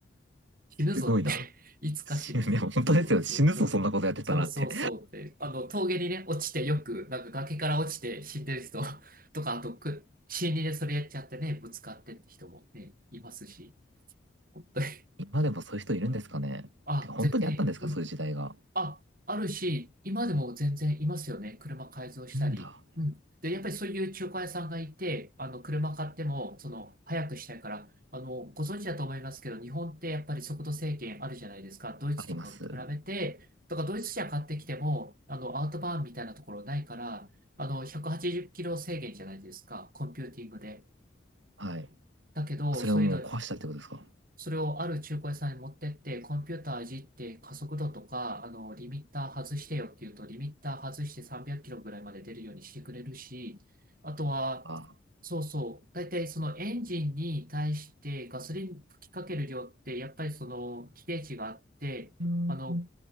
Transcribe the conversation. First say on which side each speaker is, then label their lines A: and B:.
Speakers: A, on the right (about 45°); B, on the right (about 75°).
A: 死ぬぞって
B: すごいな。
A: <laughs> いつか死ぬぞ。
B: 死ぬ、ね、本当ですよ。
A: そうそう。
B: 死ぬぞ、
A: でもほんそうそうそうって、
B: そんなことやってたなって。
A: あの、峠にね、落ちてよく、なんか崖から落ちて死んでる人 <laughs> とか、あとく、死にでそれやっちゃってね、ぶつかってって人もね、いますし、本当に。
B: 今でもそういう人いるんですかね。
A: <laughs> あ、
B: てか、本当にあったんですか、
A: 全然、うん。
B: そういう時代が。
A: あ、あるし、今でも全然いますよね。車改造したり。
B: いるんだ。
A: うん。で、やっぱりそういう中古屋さんがいて、あの、車買っても、その、早くしたいから、あの、ご存知だと思いますけど、日本ってやっぱり速度制限あるじゃないですか。ドイツとかと比べて、
B: あります。
A: とか、ドイツ車買ってきても、あの、アウトバーンみたいなところないから、あの、180キロ制限じゃないですか。コンピューティングで。
B: はい。
A: だけど、
B: それをもう壊したってことですか。
A: そういうのそれをある中古屋さんに持ってって、コンピューターいじって加速度とか、あの、リミッター外してよって言うと、リミッター外して300キロぐらいまで出るようにしてくれるし、あとは、
B: あ、
A: そうそう、大体そのエンジンに対してガソリン吹きかける量って、やっぱりその規定値があって、
B: うん
A: あの、